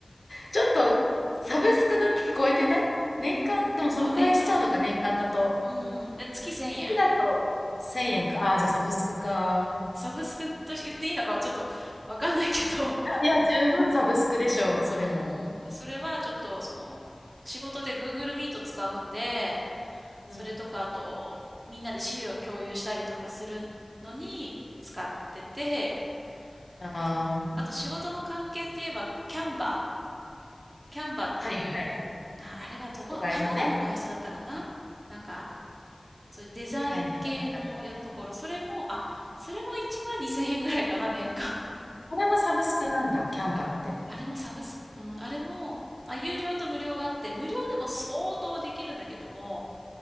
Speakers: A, on the left; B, on the right.
A: ちょっとサブスクの聞超えてない年間、でもそのくらいしちゃうのか、
B: そう、年間、
A: 年間だと。
B: うん、で、月1000円。
A: 月だと1000円か。ああ、じゃあサブスクか。
B: サブスクと言っていいのかはちょっとわかんないけど、
A: いや、いや、十分サブスクでしょう、それも。
B: うん、それはちょっとその、仕事で Google Meet 使うんで、それとかあと、
A: うん。
B: みんなで資料を共有したりとかするのに使ってて、
A: ああ、
B: で、あと仕事の関係って言えば、キャンバー。キャンバーっていう、
A: はいはい。
B: な、あれはどこの、
A: 素材のね。
B: カナダの会社だったかななんか、そういうデザイン系のよところ、
A: はいはい、わかる。
B: それも、あ、それも1万2000円ぐらいかな、年間。
A: これもサブスクなんだ、キャンバって。
B: あ、あれもサブス、うん、あれも、まあ、有料と無料があって、無料でも相当できるんだけども、